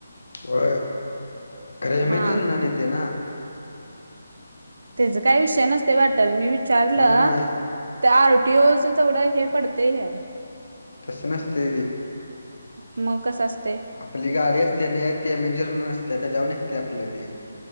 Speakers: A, on the left; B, on the right.
A: हो खरे
B: हा
A: मेजरूंनान येतं नां
B: त्यांचं कांहीं विषय नसते वाटलं मी विचारलं
A: नाही नाही
B: ते आंरटी ओ थोडं हे पडते आहे
A: तसं नसते
B: मंग कसं असते
A: आपली गांडी असते नाहीं येतं मेंजर असते त्यां जाऊंन निघते आपल्यां ते